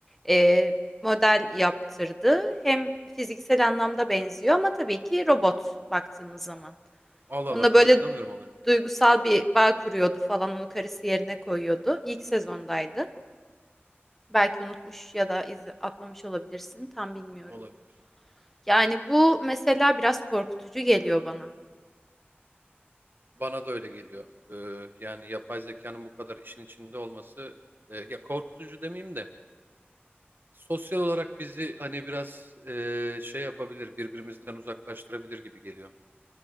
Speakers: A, in the centre; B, on the right.
A: e, model yaptırdı. Hem fiziksel anlamda benziyor ama tabii ki robot baktığımız zaman.
B: Allah
A: Onunla
B: Allah
A: böyle
B: ben hatırlamıyorum o bölümü.
A: duygusal bir bağ kuruyordu falan onu karısı yerine koyuyordu. İlk sezondaydı. Belki unutmuş ya da izle, atlamış olabilirsin tam bilmiyorum.
B: Olabilir.
A: Yani bu mesela biraz korkutucu geliyor bana.
B: Bana da öyle geliyor. E, yani yapay zekanın bu kadar işin içinde olması e, ya korkutucu demeyeyim de sosyal olarak bizi hani biraz e, şey yapabilir, birbirimizden uzaklaştırabilir gibi geliyor.